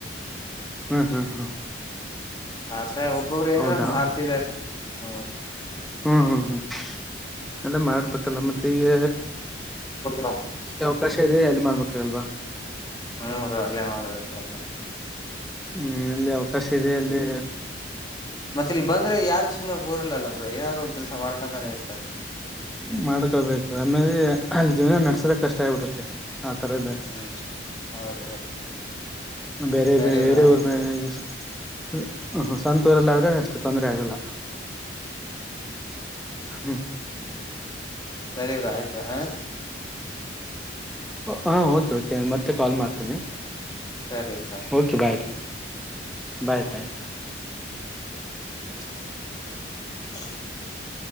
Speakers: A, in the centre; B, on the left.
A: ಹಾ ಹಾ ಹಾ.
B: ಆತ್ರ್ರ ಒಬ್ಬೊಬ್ರು ಏನೇನ
A: ಹೌದಾ
B: ಮಾಡ್ತಿದಾರ ಹ.
A: ಹ್ಮ್ ಹ್ಮ್ ಹ್ಮ್ ಅಂದ್ರೆ ಮಾಡ್ಬೇಕಲ್ಲ ಮತ್ತೆ ಈಗ
B: <unintelligible>
A: ಕಶೇರಿ ಅಲ್ಲಿ ಮಾಡ್ಬೇಕಲ್ವಾ.
B: ಹ್ಮರಿ ಅಲ್ಲೇ ಮಾಡ್ಬೇಕು.
A: ಹ್ಮ್ ಏಲ್ಲಿ ಅವಕಾಶ ಇದೆ ಅಲ್ಲಿ.
B: ಮತ್ತೆ ಇಲ್ಲಿ ಬಂದ್ರೆ ಯಾರು ಸುಮ್ಮನೆಓರ್ಲಲ್ಲ ಬ್ರೋ ಏನಾರು ಒಂದ ಕೆಲಸ ಮಾಡಕೊಂತಾನೇ ಇರ್ತಾರೆ.
A: ಮಾಡ್ಕೊಳ್ಬೇಕು ಆಮೇಲೆ ಅಲ್ಲಿ ಜೀವನ ನಡ್ಸದ ಕಷ್ಟ ಆಗ್ಬಿಡತ್ತೆ. ಆಥರ ಇದೆ.
B: ಹ್ಮ್ ಹೌದು ಹೌದು
A: ಬೇರೆ
B: ಸರಿ
A: ಬೇರೆ
B: ಬ್ರೋ ಆಯ್ತು
A: ಮೇಲೆ. <unintelligible> ಸಂತೋರೆಲ್ಲ ಆದ್ರೆ ಅಷ್ಟು ತೊಂದರೆ ಆಗಲ್ಲ. ಹ್ಮ.
B: ಸರಿ ಇವ್ರ ಆಯ್ತ್ ಹಾ.
A: ಹಾ ಓಕೆ ಓಕೆ ಮತ್ತೆ ಕಾಲ್ ಮಾಡ್ತೇನೆ.
B: ಸರಿ ಬ್ರೋ
A: ಓಕೆ ಬಾಯ್ ಬಾಯ್ ಬಾಯ್.
B: <inaudible>